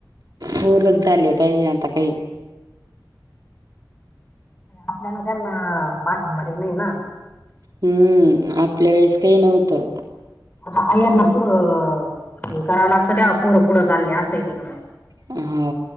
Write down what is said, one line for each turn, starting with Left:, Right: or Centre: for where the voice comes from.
Right: होरच झाले पाहिजे आता काही
Left: आपल्याला ना पाठबर ये नाहीय ना
Right: हम्म आपल्या वेळेस काही नव्हतं
Left: आता आयना पुढं हे करावं लागतं त्याव पोरं पुढं चालले असं येते का मग
Right: हा